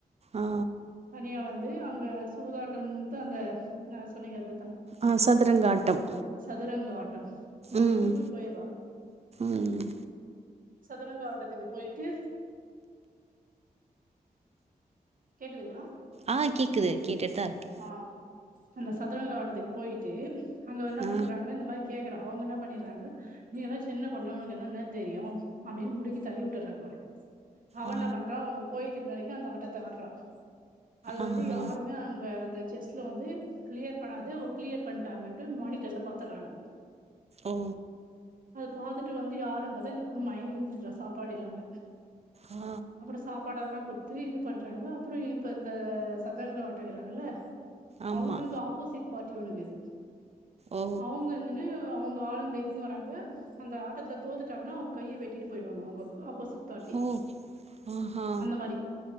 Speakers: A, on the right (about 40°); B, on the right (about 60°).
A: ஆ
B: தனியா வந் து அங்க சூதாட்டம் த அந்த சொன்னீங்க அது
A: ஆஹ் சதுரங்க ஆட்டம்
B: நுரங்க ஆட் யம் அந்த
A: ம்
B: இதுக்கு போயிரா
A: ம்
B: சதுரங்க ஆட்டத்துக்கு போய்ட்டு கேக்குதுங்களா
A: ஆ கேக்குது கேடுட்டு தா இருக்கே
B: ஆ அந்த சதுரங்க ஆட்டத்துக்கு போய்ட்டு அங்க என்ன
A: ஆ
B: பண்றாங்க இந்த மாரி கேட்கறா அவுங்க என்ன பண்ணிறாங்க நீ எல்லா சின்ன பொண்ணு உனக்கு என்னனு தெரியு அப்டின்னு முடிக்கி தள்ளி உட்டுறாங்க அவளே அவ
A: ஆ
B: என்ன பண்றா அங்க போயிட்டுருந்த வெரைக்கு அந்த ஆட்டத்த த்த ஆடுறா அது
A: ஆஹா
B: வந்து யாருமே அங் அவ அந்த செஸ்ல வந்து கிளியர் பண்ணாது அவ் கிளியர் பண்டாங்கண்டு மானிட்டர்ல பாத்தர்றாங்க
A: ஓ
B: அத பாத்துட்டு வந்து யாருன்னு பாத்தா இந்த பொண்ணு மயங்கி விழுந்திருக்கா சாப்பாடு இல்லாம
A: ஆ
B: அப்றோ சாப்பாடெல்லா குடுத்து இது பண்றாங்க அப்புற இப்ப இந்த சதரங்க ட்டுக்கறாங்கள
A: ஆமா
B: அவுங்களுக்கு ஆப்போசிட் பாட்டி ஒன்னுக்குது
A: ஓ
B: அவுங்க வந்துன்னு அவுங் ஆளுங்கள இழுத்துன்னு வராங்க அந்த ஆட்டத்துல தோத்துட்டாங்கன்னா அவுங்க கையை வெட்டிட்டு போயிடுவாங்க அவுங்க ஆப்போசிட் பார்ட்டி
A: ஓ ஆஹா
B: அந்த மாரி